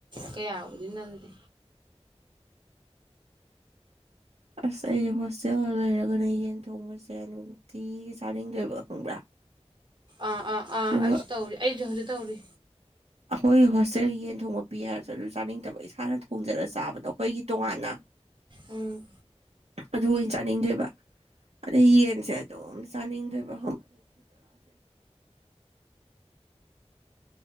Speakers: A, on the right; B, on the right.
A: ꯀꯌꯥꯕꯨꯗꯤ ꯅꯪꯗꯦ
B: <unintelligible> ꯑꯁ ꯑꯩ ꯍꯣꯁꯇꯦꯜꯗ ꯂꯩꯔꯒꯅ ꯌꯦꯟ ꯊꯣꯡꯕꯁꯦ ꯅꯨꯡꯇꯤꯒꯤ ꯆꯥꯅꯤꯡꯗꯣꯏꯕ ꯈꯪꯕ꯭ꯔꯥ
A: ꯑꯥ ꯑꯥ ꯑꯥ
B: ꯑꯗꯨꯒ
A: ꯑꯩꯁꯨ ꯇꯧꯔꯤ ꯑꯩꯁꯨ ꯍꯧꯖꯤꯛ ꯇꯧꯔꯤ
B: ꯑꯩꯈꯣꯏꯒꯤ ꯍꯣꯁꯇꯦꯜꯒꯤ ꯌꯦꯟ ꯊꯣꯡꯕ ꯄꯤ ꯍꯥꯏꯔꯁꯨ ꯑꯗꯨ ꯆꯥꯅꯤꯡꯗꯕ ꯏꯁꯥꯅ ꯊꯣꯡꯖꯔ ꯆꯥꯕꯗꯣ ꯑꯩꯈꯣꯏꯒꯤ ꯇꯣꯉꯥꯟꯅ
A: ꯎꯝ
B: ꯑꯗꯨ ꯑꯣꯏꯅ ꯆꯥꯅꯤꯡꯗꯣꯏꯕ ꯑꯗꯩ ꯌꯦꯟꯁꯦ ꯑꯗꯨꯝ ꯆꯥꯅꯤꯡꯗꯣꯏꯕ <unintelligible>